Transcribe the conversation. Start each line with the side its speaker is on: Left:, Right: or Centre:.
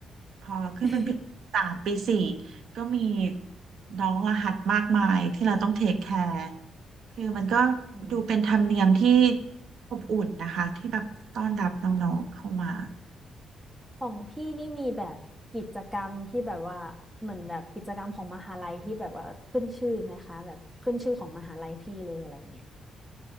Right: พอขึ้นเป็นพี่ปีสามปีสี่
Centre: <laughs>
Right: ก็มีน้องรหัสมากมายที่เราต้องเทคแคร์คือมันก็
Centre: อืม
Right: ดูเป็นธรรมเนียมที่อบอุ่นนะคะที่แบบต้อนรับน้องๆเข้ามา
Centre: ของพี่นี่มีแบบกิจกรรมที่แบบว่าเหมือนแบบกิจกรรมของมหาลัยที่แบบว่าขึ้นชื่อไหมคะแบบขึ้นชื่อของมหาลัยพี่เลยอะไรเงี้ย